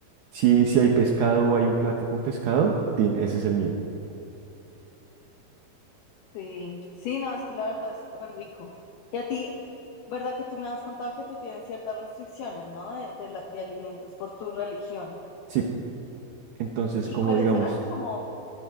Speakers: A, on the right; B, on the left.
A: si, si hay pescado o hay un plato con pescado, tin, ese es el mío.
B: sí, sí, no, es que la verdad es súper rico. Y a ti, ¿verdad que tú me has contado que tú tienes ciertas restricciones, ¿no? De, de, la- de alimentos por tu religión.
A: Sí, entonces
B: ¿Y
A: como
B: cuáles
A: digamos,
B: eran? Como